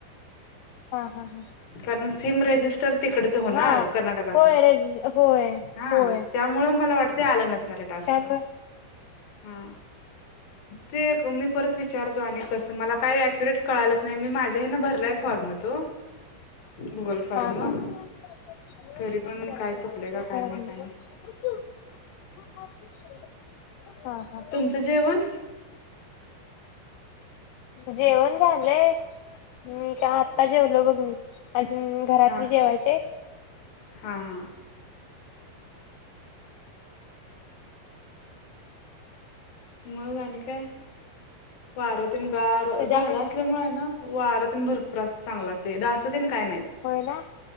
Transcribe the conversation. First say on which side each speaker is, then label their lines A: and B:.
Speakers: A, on the left (about 80°); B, on the left (about 55°).
A: हा हा.
B: कारण सिम रेजिस्टर तिकडच होणार
A: हा
B: कर्नाटकातलं.
A: होय रजी होय
B: हा.
A: होय
B: त्यामुळे मला वाटत ते आलं नसते न टास्क
A: त्यामुळे
B: ह. ते मी परत विचारतो आणि कसं मला काही अक्युरेट कळालंच नाही मी माझ्याही ना भरलाय फॉर्म तो. गुगल फॉर्म
A: हा हा हा. हो.
B: तरी पण काय चुकले का काय माहित आणि
A: हा हा.
B: तुमचं जेवण
A: जेवण झालंय्. त्या आत्ता जेवलो बघ मी. अजून घरातली
B: हा
A: जेवायचे आहित.
B: हा हा. मग आणि काय? वार न गार
A: तुझ्याकडे
B: झाड असल्यामुळे आहे ना? वार तेन भरपूर चांगला असतय, डास तेन काय नाहीत
A: होय ना